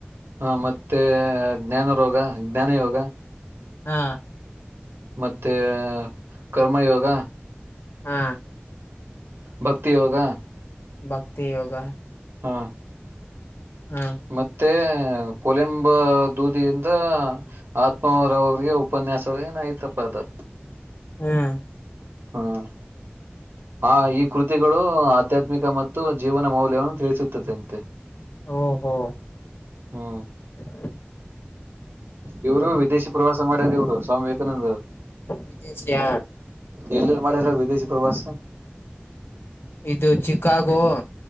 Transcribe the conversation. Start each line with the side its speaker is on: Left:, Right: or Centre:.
Right: ಹ ಮತ್ತೆ ಜ್ಞಾನ ರೋಗ ಜ್ಞಾನ ಯೋಗ.
Left: ಹಾ
Right: ಮತ್ತೆ ಕರ್ಮಯೋಗ.
Left: ಹಾ
Right: ಭಕ್ತಿ ಯೋಗ.
Left: ಭಕ್ತಿ ಯೋಗ
Right: ಹಾ
Left: ಹಾ
Right: ಮತ್ತೆ ಕೊಲೆಂಬ್ ದೂದಿಯಿಂದ್ ಆತ್ಮವರ್ ಅವಿಗೆ ಉಪನ್ಯಾಸ ಏನೊ ಆಐ್ತಪ್ಪ ಅದು
Left: ಹ್ಮ್
Right: ಹ್ಮ್ ಆ ಈ ಕೃತಿಗಳು ಆಧ್ಯಾತ್ಮಿಕ ಮತ್ತು ಜೀವನ ಮೌಲ್ಯವನ್ನು ತಿಳಿಸುತ್ತದೆ ಅಂತೆ
Left: ಓ ಹೋ
Right: ಹ್ಮ
Left: ಹ
Right: ಇವರು ವಿದೇಶಿ ಪ್ರವಾಸ್ ಮಾಡ್ಯದ ಇವ್ರು ಸ್ವಾಮಿ ವಿವೇಕಾನಂದರು
Left: ವಿದೇಶಿಯ
Right: ಎ ಮಾಡ ವಿದೇಶಿ ಪ್ರವಾಸ.
Left: ಇದು ಚಿಕಾಗೋ